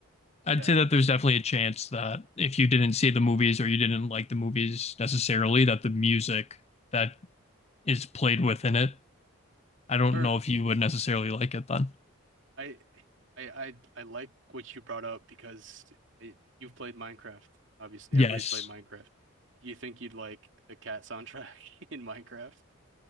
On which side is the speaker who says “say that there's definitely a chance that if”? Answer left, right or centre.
Left